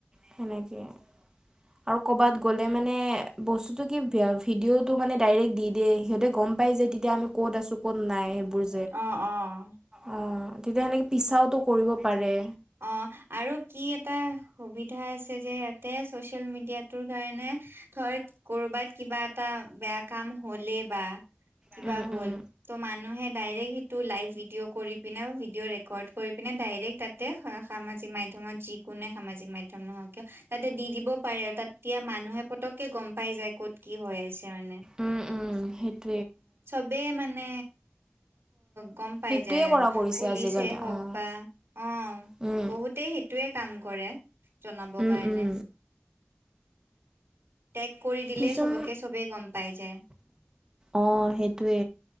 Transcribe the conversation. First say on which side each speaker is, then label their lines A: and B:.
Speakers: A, on the right; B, on the right.
A: সেনেকে আৰু। আৰু ক'ৰবাত গ'লে মানে বস্তুতটো কি ভিডিঅ'টো মানে ডাইৰেক্ট দি দিয়ে সিহঁতে গম। পাই যে তেতিয়া আমি ক'ত আছো ক'ত নাই এইবোৰ।
B: অঁ অঁ।
A: অঁ তেতিয়া সেনেকৈ পিছাওতো কৰিব পাৰে।
B: অঁ আৰু কি এটা সুবিধা আছে যে ইয়াতে ছচিয়েল মিডিয়াটোৰ কাৰণে ঠৈট কৰবাত কিবা এটা বেয়া কাম হ'লে বা কিবা
A: উম,
B: হ'ল
A: উম,
B: ত' মানুহে ডাইৰেক্ট সেইটো লাইভ ভিডিঅ' কৰি পিনে ভিডিঅ' ৰেকৰ্ড কৰি পিনে ডাইৰেক্ট তাতে সামাজিক মাধ্যমত যিকোনে সামাজিক মাধ্যম নহওক কিয় তাতে দি দিব পাৰে আৰু তাত এতিয়া মানুহে পতককে গম পাই যায় ক'ত কি হৈ আছে মানে
A: উমঁ উমঁ সেইটো
B: চবেই মানে গম পাই
A: সেইটোৱে
B: যায় আৰু
A: কৰা কৰিছে
B: পুলিচে
A: আজিকালি
B: হওক
A: অ',
B: বা অঁ
A: উম,
B: বহুতেই সেইটোয়ে কাম কৰে জনাব
A: উম,
B: কাৰণে
A: উম,
B: পেগ কৰি দিলেই
A: কিছুম
B: সবকে চবেই গম পাই যায়
A: অঁ সেইটোৱে